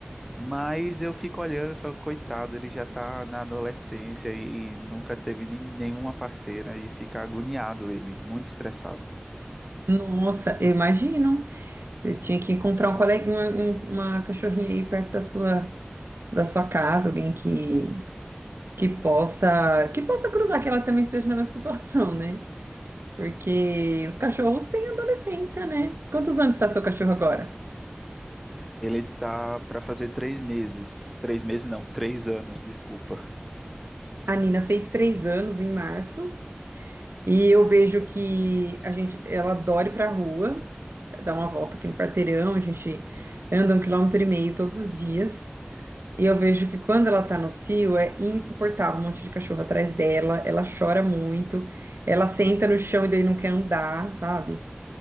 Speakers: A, in the centre; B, on the right.
A: Mas eu fico olhando e falo, coitado, ele já tá na adolescência e, e nunca teve nem- nenhuma parceira e fica agoniado ele, muito estressado.
B: Nossa, eu imagino. Você tinha que encontrar um colega, uma, um- uma cachorrinha aí perto da sua, da sua casa, alguém que, que possa, que possa cruzar, que ela também esteja na mesma situação, né? Porque os cachorros têm adolescência, né? Quantos anos está seu cachorro agora?
A: Ele tá para fazer três meses, três meses não, três anos, desculpa.
B: A Nina fez três anos em março e eu vejo que a gente, ela adora ir pra rua, dar uma volta aqui no quarteirão, a gente anda um quilômetro e meio todos os dias. E eu vejo que quando ela tá no cio é insuportável, um monte de cachorro atrás dela, ela chora muito, ela senta no chão e daí não quer andar, sabe?